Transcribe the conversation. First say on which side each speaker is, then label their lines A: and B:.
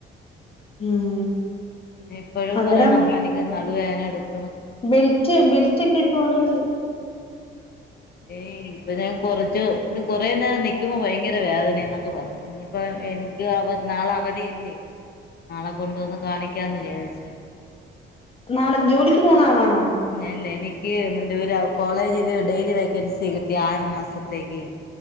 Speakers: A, on the left (about 30°); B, on the left (about 50°).
A: ഉം
B: നിപ്പഴും
A: അന്നേരം
B: പറയണ അമ്മ എനിക്ക് നടുവേന എടുക്കും.
A: ബെൽറ്റ് ബെൽറ്റ് ഇട്ടിട്ടോണ്ട്
B: ഏയ്‌ ഇപ്പൊ ഞാൻ കൊറച് ഇനി കൊറെ നേരം നിക്കുമ്പോ ഭയങ്കര വേദന എന്നൊക്കെ പറയും ഇനിയിപ്പോ എനിക്ക് അവ നാളെ അവധിയല്ലേ നാളെ കൊണ്ടുവന്ന് കാണിക്കാന്ന് വിചാര്ച്ചു
A: നാളെ ജോലിക്ക് പോന്ന ആളാണോ?
B: ഞ അല്ല എനിക്ക് <unintelligible> കോളേജില് ഡെയിലി വേക്കൻസി കിട്ടി ആറ് മാസത്തേക്ക്